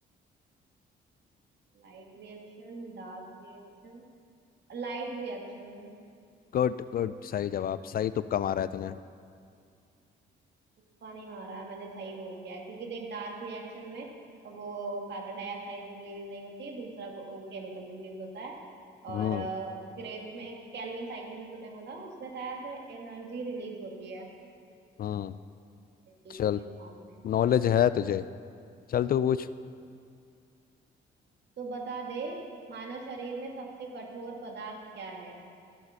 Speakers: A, on the right; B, on the left.
A: Light reaction dark reaction Light reaction में
B: गुड गुड सही जवाब सही तुक्का मारा है तूने
A: तुक्का नहीं मारा है मैंने सही वो क्या है क्योंकि देख डार्क रिएक्शन में वो कार्बन डाइऑक्साइड रिलीज नहीं होती है दूसरा को, केमिकल रिलीज होता है
B: हम्म
A: और क्रेब में कैल्विन साइकिल जो तूने बोला उसमें शायद एनर्जी रिलीज होती है
B: हम्म
A: एटीपी
B: चल
A: के फॉर्म में
B: नॉलेज है तुझे चल तू पूछ
A: तो बता दे मानव शरीर में सबसे कठोर पदार्थ क्या है